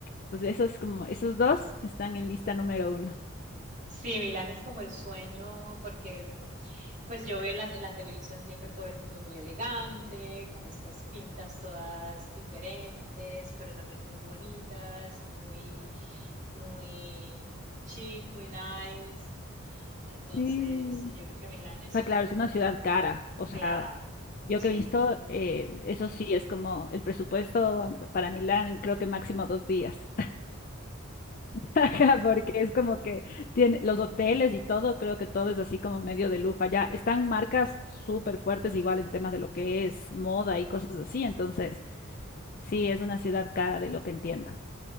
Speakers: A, on the left (about 40°); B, on the right (about 35°).
A: Entonces esos como, esos dos están en lista número uno.
B: Sí, Milán es como el sueño porque pues yo veo en la, en la, televisión siempre todo el mundo muy elegante, con estas pintas todas diferentes, pero también muy bonitas y muy, muy chic, muy nice. Entonces,
A: Sí.
B: sí, yo creo que Milán es
A: O sea,
B: un,
A: claro, es
B: eh,
A: una ciudad cara. O sea,
B: claro,
A: yo
B: sí,
A: que he visto, eh, eso sí, es como el presupuesto am, para Milán, creo que máximo dos días. <laughs> Ajá, Porque es como que tiene los hoteles y todo, creo que todo es así como medio de lujo allá. Están marcas súper fuertes igual en temas de lo que es moda y cosas así. Entonces, sí, es una ciudad cara de lo que entiendo.